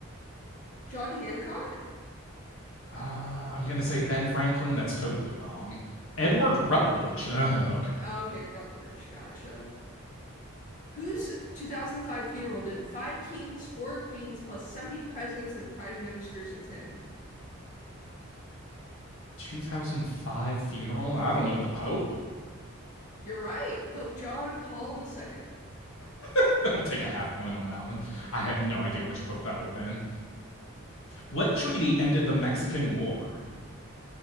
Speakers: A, on the left; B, on the left.
A: John Hancock?
B: Uh, I'm going to say Ben Franklin. That's totally wrong. Edward Rutledge. <laughs> Uh, okay.
A: Okay, Rutledge. Gotcha. Whose 2005 funeral did five kings, four queens, plus 70 presidents and prime ministers attend?
B: 2005 funeral. I don't know. The Pope?
A: You're right, Pope John Paul II.
B: <laughs> I'll take a half point on that one. I had no idea which pope that would have been. What treaty ended the Mexican War?